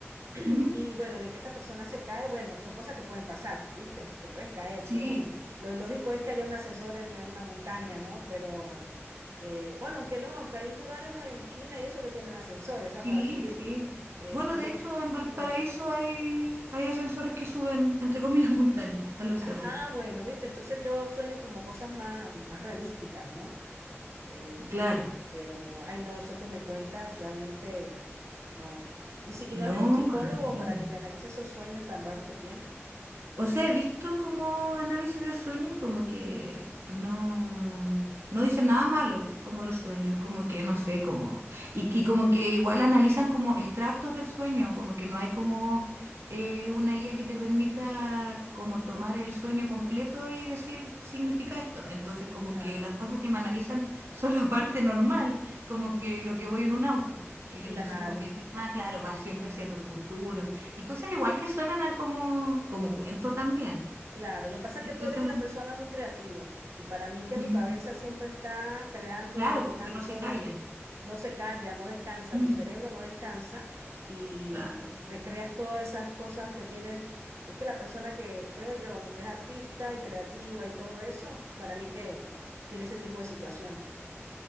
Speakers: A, on the right; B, on the right.
A: <clears throat>
B: Ujú.
A: Y bueno, de que esta persona se cae, bueno, son cosas que pueden pasar, ¿viste? Te puedes caer.
B: Sí,
A: Lo, lo ilógico es que haya un ascensor en, en una montaña, ¿no? Pero, eh, bueno, aunque no, aunque hay lugares en China y eso que tienen ascensores,
B: sí,
A: ah, Para subir.
B: sí.
A: Eh,
B: Bueno,
A: pero,
B: de hecho, en Valparaíso
A: sí.
B: hay, hay ascensores que suben, entre comillas, montañas a los
A: Ah,
B: cerros.
A: ah, bueno, ¿viste? Entonces yo sueño como cosas más, más realísticas, ¿no? Eh,
B: Claro.
A: pero, ay, no, eso que me cuentas realmente no. ¿Y si,
B: No,
A: y no has ido a un psicólogo
B: amiga.
A: para que te analice esos sueños tan raros que tienes?
B: O sea, he visto como análisis de sueño y como que no, no dicen nada malo, como los sueños, como que no sé, como, y, y como que igual analizan como extractos del sueño, como que no hay como eh, una guía que te permita como tomar el sueño completo y decir significa esto. Entonces, como
A: Sí. Claro,
B: que las cosas que me analizan <laughs> son la parte normal, como que lo que voy en un auto. Y
A: claro.
B: entonces como que dicen, ah, claro, vas siempre hacia tu futuro y cosas igual que suenan a como, como cuento también.
A: Claro, lo que pasa
B: Entonces,
A: es que tú eres una persona muy creativa y para mí que
B: <laughs>
A: tu cabeza siempre está creando,
B: claro,
A: inventando,
B: como que no se calla.
A: no se calla, no descansa,
B: Mm,
A: tu cerebro no descansa y
B: claro.
A: recreas todas esas cosas que tienes. Es que la persona que creo yo, ¿no? Que es artista y creativa y todo eso, para mí que tiene ese tipo de situaciones.